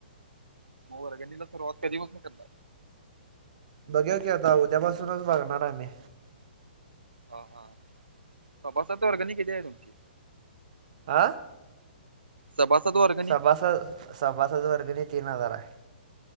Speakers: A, on the right; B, on the right.
A: वर्गणीला सुरुवात कधी पासनं करणार?
B: बघूया की आता उद्यापासूनच बघणार हाय आम्ही.
A: हा हा सभासद वर्गणी किती आहे तुमची?
B: आं
A: सभासद वर्ग
B: सभास सभासद वर्गणी तीन हजार हाय.